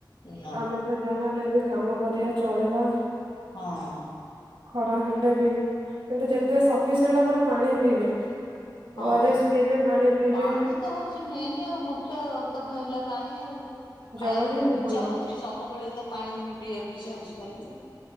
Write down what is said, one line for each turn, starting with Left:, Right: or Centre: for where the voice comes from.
Left: ନା
Right: ଆମେ ତ ଯାହା ହେଲେ ବି କାମ କରିବା ଚଳିବା।
Left: ହଁ।
Right: ଖରା ହେଲେ ବି କିନ୍ତୁ ଯେତେ ସଫିସେଣ୍ଟ ଆପଣ ପାଣି ପିଇବେ।
Left: ହଁ।
Right: ଓ ଆର୍ ଏସ୍ ପିଇବେ ପାଣି ପିଇବେ।
Left: ପାଣି ତ ହଉଚି ମେନେ ଆଉ ମୁଖ୍ୟ ତା ପାଇଁ ହେଲା ପାଣି ଆଉ
Right: ଜଳ
Left: ଖାଇଆକୁ
Right: ହିଁ
Left: କୋଉ
Right: ଜୀବନ
Left: ଇଚ୍ଛା ହଉ ଚି ସବୁବେଳେ ତ ପାଣି ଉଁ ପିଇଆକୁ ଇଚ୍ଛା ହଉଚି ଖାଲି।